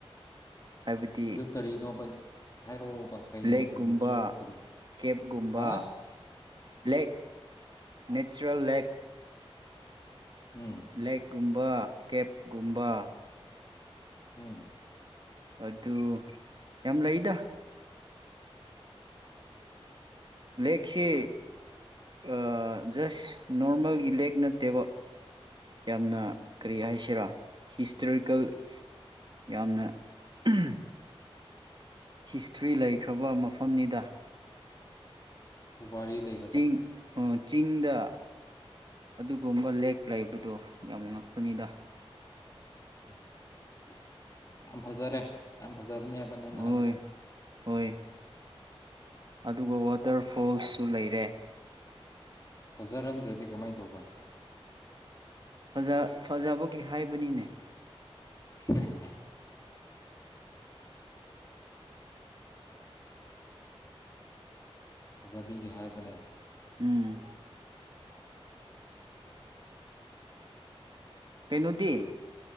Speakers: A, on the right; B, on the left.
A: ꯍꯥꯏꯕꯗꯤ
B: ꯑꯗꯨ ꯀꯔꯤꯅꯣꯕ ꯍꯥꯏꯔꯛꯑꯣꯕ ꯀꯩꯅꯣꯕ
A: ꯂꯦꯛꯀꯨꯝꯕ
B: ꯅꯦꯆꯔꯦꯜ ꯀꯔꯤ
A: ꯀꯦꯞꯀꯨꯝꯕ
B: ꯍꯥ
A: ꯂꯦꯛ ꯅꯦꯆꯔꯦꯜ ꯂꯦꯛ
B: ꯎꯝ
A: ꯂꯦꯛ ꯀꯨꯝꯕ ꯀꯦꯞꯒꯨꯝꯕ
B: ꯎꯝ
A: ꯑꯗꯨ ꯌꯥꯝ ꯂꯩꯗ ꯂꯦꯛꯁꯦ ꯑ ꯖꯁ ꯅꯣꯔꯃꯦꯜꯒꯤ ꯂꯦꯛ ꯅꯠꯇꯦꯕ ꯌꯥꯝꯅ ꯀꯔꯤ ꯍꯥꯏꯁꯤꯔ ꯍꯤꯁꯇꯔꯤꯀꯦꯜ ꯌꯥꯝꯅ <unintelligible> ꯍꯤꯁꯇ꯭ꯔꯤ ꯂꯩꯈ꯭ꯔꯕ ꯃꯐꯝꯅꯤꯗ
B: ꯋꯥꯔꯤ ꯂꯩ
A: ꯆꯤꯡ ꯑꯥ ꯆꯤꯡꯗ ꯑꯗꯨꯒꯨꯝꯕ ꯂꯦꯛ ꯂꯩꯕꯗꯣ ꯌꯥꯝ ꯉꯛꯄꯅꯤꯗ
B: <unintelligible> ꯌꯥꯝ ꯐꯖꯔꯦ ꯌꯥꯝ ꯐꯖꯕꯅꯦꯕ ꯅꯪꯅ
A: ꯍꯣꯏ
B: ꯍꯥꯏꯕꯁꯦ
A: ꯍꯣꯏ ꯑꯗꯨꯒ ꯋꯥꯇꯔ ꯐꯣꯜꯁꯨ ꯂꯩꯔꯦ
B: ꯐꯖꯔꯝꯗ꯭ꯔꯗꯤ ꯀꯃꯥꯏ ꯇꯧꯕ
A: ꯐꯖ ꯐꯖꯕꯒꯤ ꯍꯥꯏꯕꯅꯤꯅꯦ
B: <unintelligible> ꯐꯖꯕꯤꯒꯤ ꯍꯥꯏꯕꯅꯦ
A: ꯎꯝ ꯀꯩꯩꯅꯣꯗꯤ